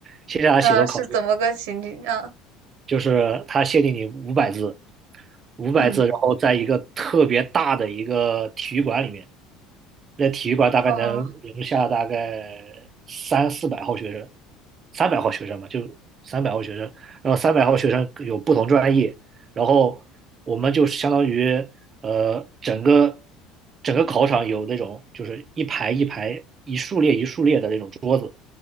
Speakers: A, on the right; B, on the right.
A: 线下的写作考试
B: 啊，是怎么个情景啊？
A: 就是他限定你五百字，五百字，
B: 嗯，
A: 然后在一个特别大的一个体育馆里面，那体育馆大概能容下大概三四百号学生，
B: 哦啊，
A: 三百号学生嘛，就三百号学生，然后三百号学生有不同专业，然后我们就相当于呃整个整个考场有那种就是一排一排一竖列一竖列的那种桌子